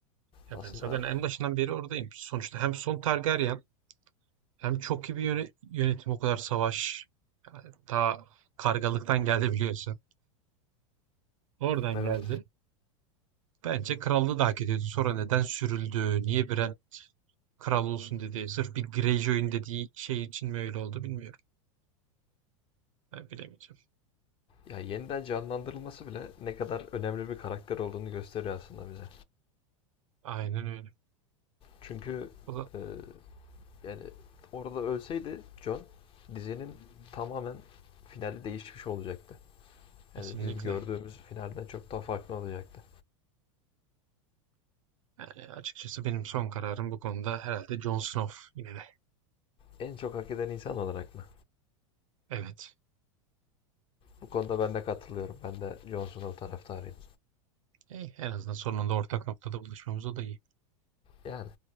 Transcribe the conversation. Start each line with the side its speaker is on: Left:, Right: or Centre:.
Right: Ya
Left: Aslında
Right: ben zaten en başından beri oradayım. Sonuçta hem son Targaryen Hem çok iyi bir yöne- yönetim o kadar savaş. Yani ta kargalıktan geldi biliyorsun. Oradan
Left: evet.
Right: geldi. Bence krallığı da hak ediyordu. Sonra neden sürüldü? Niye Bran kral olsun dedi. Sırf bir Greyjoy'un dediği şey için mi öyle oldu bilmiyorum. Ben bilemeyeceğim.
Left: Ya yeniden canlandırılması bile ne kadar önemli bir karakter olduğunu gösteriyor aslında bize.
Right: Aynen öyle.
Left: Çünkü
Right: O da
Left: e, Yani orada ölseydi John dizinin tamamen finali değişmiş olacaktı. Yani
Right: kesinlikle.
Left: bizim gördüğümüz finalden çok daha farklı olacaktı.
Right: Yani açıkçası benim son kararım bu konuda herhalde Jon Snow yine de.
Left: En çok hak eden insan olarak mı?
Right: Evet.
Left: Bu konuda ben de katılıyorum. Ben de John Snow taraftarıyım.
Right: Eh, en azından sonunda ortak noktada buluşmamız o da iyi.
Left: Yani